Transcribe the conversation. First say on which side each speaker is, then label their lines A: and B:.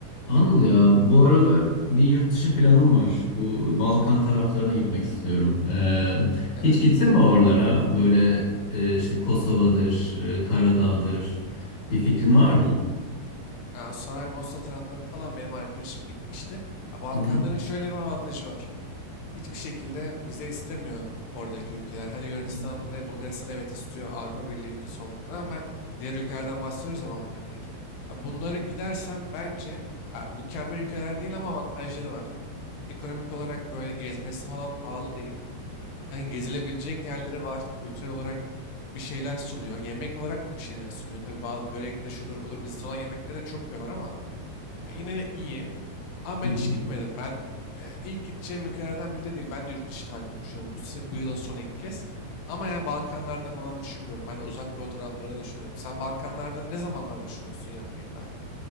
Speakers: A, on the left (about 50°); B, on the left (about 80°).
A: Anıl ya bu aralar bir yurt dışı planım var. Bu Balkan taraflarına gitmek istiyorum. Ee,
B: Evet.
A: hiç gittin mi oralara? Böyle e, işte Kosova'dır, e, Karadağ'dır.
B: Evet.
A: Bir fikrin var mı?
B: Ha, o saray Mosna taraflarını falan benim arkadaşım gitmişti. Ha, Balkanların
A: Hı hı.
B: şöyle bir avantajı var. Hiçbir şekilde vize istemiyor oradaki ülkeler. Hadi Yunanistan
A: Hı hı.
B: ve Bulgaristan evet istiyor Avrupa Birliği ülkesi olduklarına rağmen diğer ülkelerden bahsediyoruz ya Balkan'daki. Ya bunları gidersem bence ha, mükemmel ülkeler değil ama avantajları var. Ekonomik olarak böyle gezmesi falan pahalı değil. Yani gezilebilecek yerleri var. Kültür olarak bir şeyler sunuyor. Yemek olarak da bir şeyler sunuyor. Tabii bazı börektir, şudur budur bizde olan yemekleri de çok yiyorlar ama yani yine de iyi. Ama
A: Hı
B: ben
A: hı.
B: hiç gitmedim. Ben e, ilk gideceğim ülkelerden biri de değil. Ben de yurt dışı tatili düşünüyorum. Bu, se- bu yılın son ilk kez. Ama yani Balkanlarda falan düşünmüyorum. Ben de Uzak Doğu taraflarına düşünüyorum. Sen Balkanlarda ne zamanlar düşünüyorsun yapmayı tatil?